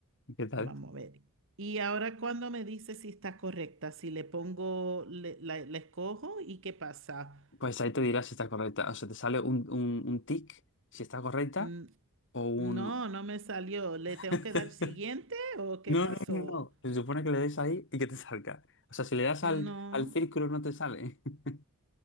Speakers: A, on the left (about 55°); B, on the right (about 60°).
A: ¿qué tal?
B: Vamos a ver. Y ahora cuando me dice si está correcta, si le pongo, le- la, la escojo y qué pasa.
A: Pues ahí te dirá si está correcta. O sea, te sale un, un, un tic si está correcta
B: Mm,
A: o un...
B: No, no me salió. ¿Le tengo
A: <laughs>
B: que dar siguiente o qué
A: No,
B: pasó?
A: no, no, no. Se supone que le des ahí y que te salga. O sea, si le das
B: No.
A: al, al círculo no te sale. <laughs>